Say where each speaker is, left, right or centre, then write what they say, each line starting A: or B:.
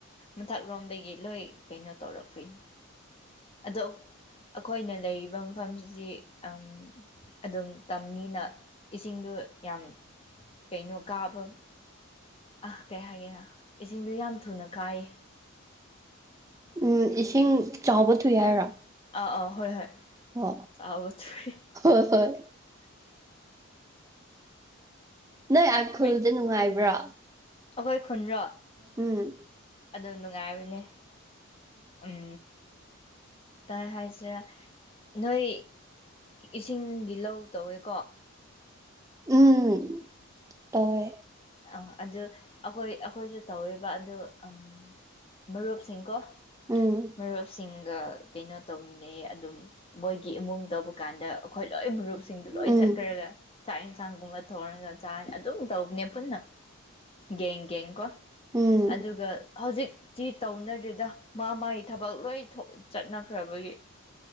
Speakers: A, on the left (about 25°); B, on the right (about 15°).
A: ꯃꯊꯛ ꯂꯣꯝꯗꯒꯤ ꯂꯣꯏ ꯀꯩꯅꯣ ꯇꯧꯔꯛꯄꯨꯏ ꯑꯗꯣ ꯑꯩꯈꯣꯏꯅ ꯂꯩꯔꯤꯕ ꯃꯐꯝꯁꯤꯗꯤ ꯑꯝ ꯑꯗꯨꯝ ꯇꯝꯅꯤꯅ ꯏꯁꯤꯡꯗꯣ ꯌꯥꯝ ꯀꯩꯅꯣ ꯀꯥꯕ ꯑ ꯀꯩ ꯍꯥꯏꯒꯦꯔ ꯏꯁꯤꯡꯗꯨ ꯌꯥꯝ ꯊꯨꯅ ꯀꯥꯏꯌꯦ
B: ꯎꯝ ꯏꯁꯤꯡ ꯆꯥꯎꯕ ꯊꯨꯏ ꯍꯥꯏꯔꯣ
A: ꯑꯥ ꯑꯥ ꯍꯣꯏ ꯍꯣꯏ
B: ꯍꯣ
A: ꯆꯥꯎꯕ ꯊꯨꯏ
B: ꯍꯣꯏ ꯍꯣꯏ ꯅꯣꯏ ꯑꯥ ꯈꯨꯜꯗ
A: ꯍꯣꯏ
B: ꯅꯨꯡꯉꯥꯏꯕ꯭ꯔꯣ
A: ꯑꯩꯈꯣꯏ ꯈꯨꯟꯔꯣ
B: ꯎꯝ
A: ꯑꯗꯨꯝ ꯅꯨꯡꯉꯥꯏꯕꯅꯦ ꯎꯝ ꯇꯥꯏ ꯍꯥꯏꯁꯤꯔꯥ ꯅꯣꯏ ꯏꯁꯤꯡꯒꯤ ꯂꯧ ꯇꯧꯋꯦꯀꯣ
B: ꯎꯝ ꯇꯧꯋꯦ
A: ꯑꯪ ꯑꯗꯨ ꯑꯩꯈꯣꯏ ꯑꯩꯈꯣꯏꯁꯨ ꯇꯧꯋꯦꯕ ꯑꯗꯨ ꯑꯝ ꯃꯔꯨꯞꯁꯤꯡꯀꯣ
B: ꯎꯝ
A: ꯃꯔꯨꯞꯁꯤꯡ ꯒ ꯀꯩꯅꯣ ꯇꯧꯃꯤꯟꯅꯩ ꯑꯗꯨꯝ ꯃꯣꯏꯒꯤ ꯏꯃꯨꯡ ꯇꯧꯕꯀꯥꯟꯗ ꯑꯩꯈꯣꯏ ꯂꯣꯏ ꯃꯔꯨꯞ ꯁꯤꯡꯗꯨ ꯂꯣꯏ
B: ꯎꯝ
A: ꯆꯠꯈ꯭ꯔꯒ ꯆꯥꯛ ꯏꯟꯁꯥꯡꯒꯨꯝꯕ ꯊꯣꯡꯉꯒ ꯆꯥꯔꯅꯤ ꯑꯗꯨꯝ ꯇꯧꯕꯅꯦ ꯄꯨꯟꯅ ꯒꯦꯡ ꯒꯦꯡ ꯀꯣ
B: ꯎꯝ
A: ꯑꯗꯨꯒ ꯍꯧꯖꯤꯛ ꯆꯤ ꯇꯧꯅꯗ꯭ꯔꯦꯗ ꯃꯥ ꯃꯥꯒꯤ ꯊꯕꯛ ꯂꯣꯏ ꯊꯣꯛ ꯆꯠꯅꯈ꯭ꯔꯕꯒꯤ